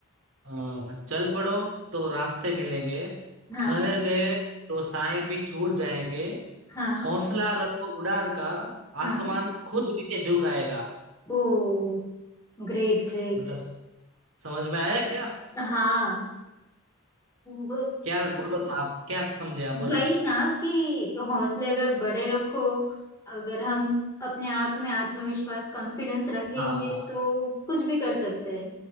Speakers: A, on the right; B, on the left.
A: अ, चल पड़ो तो रास्ते मिलेंगे
B: हाँ
A: ठहर गए तो साए भी छूट जाएंगे
B: हाँ
A: हौसला रखो उड़ान का
B: हाँ
A: आसमान खुद नीचे झुक आएगा
B: ओ ग्रेट ग्रेट
A: मतलब समझ में आया क्या
B: हाँ ब-
A: क्या बोलो तो आप क्या समझे आप बोलो
B: वही ना कि हौसले अगर बड़े रखो अगर हम अपने आप में आत्मविश्वास कॉन्फिडेंस रखेंगे
A: हाँ
B: तो कुछ भी कर सकते हैं